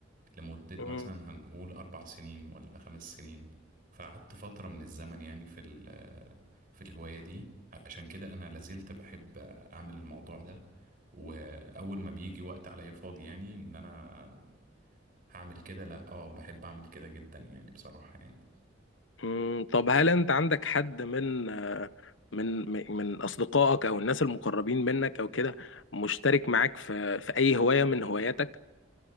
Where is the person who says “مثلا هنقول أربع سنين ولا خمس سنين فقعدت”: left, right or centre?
Right